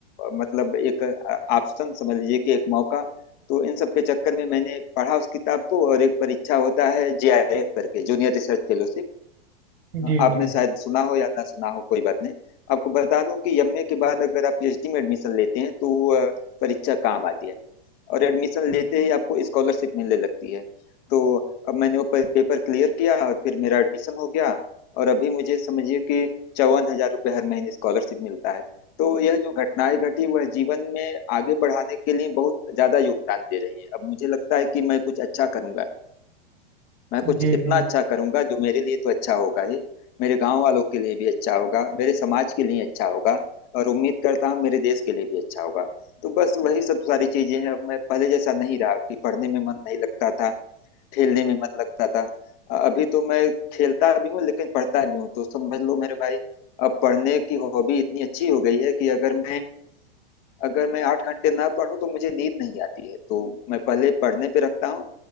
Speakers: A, on the left; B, on the right.
A: मतलब एक ऑप्शन समझ लीजिए कि एक मौका तो इन सब के चक्कर में मैंने पढ़ा उस किताब को और एक परीक्षा होता है जेआईएफ करके जूनियर रिसर्च फेलोशिप
B: जी
A: आपने
B: जी
A: शायद सुना हो या ना सुना हो कोई बात नहीं आपको बता दूं कि एमए के बाद अगर आप पीएचडी में एडमिशन लेते हैं तो वो, अ, परीक्षा काम आती है और एडमिशन लेते ही आपको स्कॉलरशिप मिलने लगती है तो अब मैंने वो पे- पेपर क्लियर किया और फिर मेरा एडमिशन हो गया और अभी मुझे समझिए कि चौवन हजार रुपये हर महीने स्कॉलरशिप मिलता है तो यह जो घटनाएं घटी वह जीवन में आगे बढ़ाने के लिए बहुत ज्यादा योगदान दे रही हैं अब मुझे लगता है कि मैं कुछ अच्छा करूंगा मैं कुछ
B: जी
A: इतना
B: जी
A: अच्छा करूंगा जो मेरे लिए तो अच्छा होगा ही मेरे गांव वालों के लिए भी अच्छा होगा मेरे समाज के लिए अच्छा होगा और उम्मीद करता हूँ मेरे देश के लिए भी अच्छा होगा तो बस वही सब सारी चीजें हैं अब मैं पहले जैसा नहीं रहा कि पढ़ने में मन नहीं लगता था खेलने में मन लगता था अ- अभी तो मैं खेलता भी हूँ लेकिन पढ़ता भी हूँ तो समझ लो मेरे भाई अब पढ़ने की हॉबी इतनी अच्छी हो गई है कि अगर मैं अगर मैं आठ घंटे ना पढूं तो मुझे नींद नहीं आती है तो मैं पहले पढ़ने पे रखता हूँ